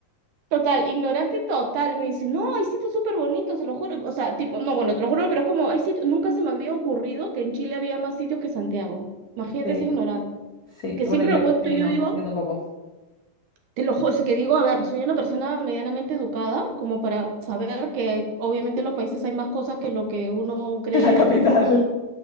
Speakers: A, on the right; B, on the left.
A: Total, ignorante total, me dice, no, hay sitios súper bonitos, se lo juro. O sea, tipo, no, bueno, te lo juro, pero es como, hay sitios, nunca se me había ocurrido que en Chile había más sitios que Santiago. Imagínate
B: Sí.
A: ese ignorante.
B: Sí.
A: Que
B: Y
A: siempre
B: Bueno, yo.
A: lo cuento
B: Sí,
A: y
B: no,
A: yo digo,
B: yo tampoco. <laughs>
A: te lo juro, o sea, que digo, a ver, soy una persona medianamente educada, como para saber que obviamente en los países hay más cosas que lo que uno cree
B: En la capital.
A: de primera.